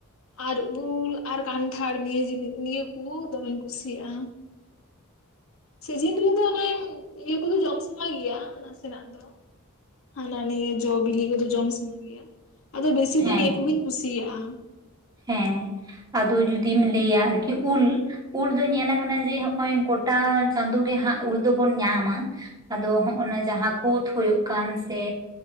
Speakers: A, on the left; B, on the right.
A: ᱟᱨ ᱩᱞ ᱟᱨ ᱠᱟᱱᱴᱷᱟᱲ ᱱᱤᱭᱟᱹ ᱡᱤᱱᱤ ᱱᱤᱭᱟᱹ ᱠᱚ ᱫᱚᱢᱮᱧ ᱠᱩᱥᱤᱭᱟᱜᱼᱟ᱾ ᱥᱤᱡᱤᱱ ᱨᱮᱫᱚ ᱚᱱᱮ ᱤᱭᱟᱹ ᱠᱚᱫᱚ ᱡᱚᱢ ᱥᱟᱱᱟ ᱜᱮᱭᱟ ᱱᱟᱥᱮᱱᱟᱜ ᱫᱚ᱾ ᱦᱟᱱᱟ ᱱᱤᱭᱟᱹ ᱡᱚ ᱵᱤᱞᱤ ᱠᱚᱫᱚ ᱡᱚᱢ ᱥᱟᱱᱟᱧ ᱜᱮᱭᱟ, ᱟᱫᱚ ᱵᱮᱥᱤ
B: ᱦᱮᱸ
A: ᱫᱚ ᱱᱤᱭᱟᱹ ᱠᱚᱜᱤᱧ ᱠᱩᱥᱤᱭᱟᱜᱼᱟ᱾
B: ᱦᱮᱸ ᱟᱫᱚ ᱡᱩᱫᱤᱢ ᱞᱟᱹᱭᱟ ᱟᱨᱠᱤ ᱩᱞ ᱩᱞ ᱫᱚ ᱧᱮᱞ ᱟᱠᱟᱱᱟ ᱡᱮ ᱦᱚᱜᱼᱚᱭ ᱜᱚᱴᱟ ᱪᱟᱸᱫᱳ ᱜᱮ ᱦᱟᱸᱜ ᱩᱞ ᱫᱚᱵᱚᱱ ᱧᱟᱢᱟ᱾ ᱟᱫᱚ ᱦᱚᱸᱜᱱᱟ ᱡᱟᱦᱟᱸ ᱠᱩᱛᱽ ᱦᱩᱭᱩᱜ ᱠᱟᱱ ᱥᱮ,